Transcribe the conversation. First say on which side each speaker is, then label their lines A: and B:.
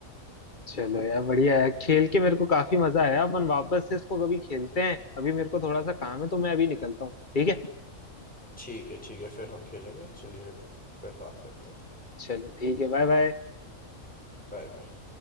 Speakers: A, on the left; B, in the centre.
A: चलो यार बढ़िया यार खेल के मेरे को काफी मजा आया अपन वापस से इसको कभी खेलते हैं अभी मेरे को थोड़ा सा काम है तो मैं अभी निकलता हूँ ठीक है
B: ठीक है ठीक है फिर हम खेलेंगे चलिए फिर बात करते हैं
A: चलो ठीक है बाय बाय
B: Bye bye